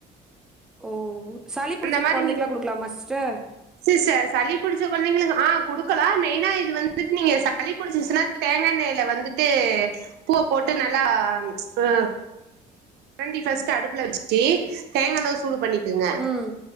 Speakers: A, in the centre; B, on the right.
A: ஓ சளி புடிச்சிருக்
B: அந்த மாரி
A: கொழந்தைக்கலா
B: நீ
A: குடுக்கலாமா சிஸ்டர்
B: சிஸ்டர் சளி புடிச்ச கொழந்தைங்களுக்கு ஆ குடுக்கலா மெயினா இது வந்துட்டு நீங்க சளி புடிச்சிசுனா தேங்கா எண் ன்னேல வந்துட்டு பூவ போட்டு நல்லா அ கண்டி பஸ்ட் அடுப்புல வச்சுட்டு தேங்காயெண்ணய சூடு பண்ணி ங்க
A: ம்